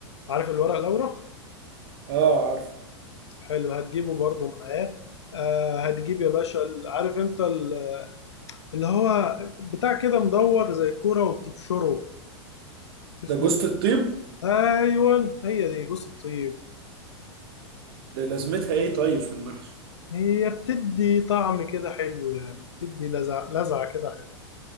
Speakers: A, on the left (about 70°); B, on the right (about 55°).
A: عارف الورق لورا
B: اه عارف
A: حلو هتجيبه برضو معاه آه، هتجيب يا باشا ال- عارف انت ال- اللي هو بتاع كده مدور زي الكورة وبتبشره اسمه
B: ده جوزة الطيب
A: ايوه هي دي جوز الطيب
B: ده لازمتها ايه طيب في المحشي
A: هي بتدي طعم كده حلو يعني بتدي لذعة لذعة كده